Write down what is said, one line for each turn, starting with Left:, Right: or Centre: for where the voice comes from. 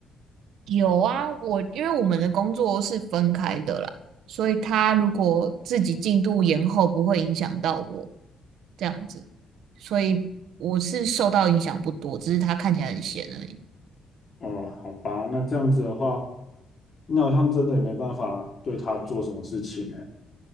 Right: 有啊，我因为我们的工作是分开的啦，所以他如果自己进度延后，不会影响到我这样子，所以我是受到影响不多，只是他看起来很闲而已。
Left: 哦，好吧，那这样子的话，那好像真的也没办法对他做什么事情呢，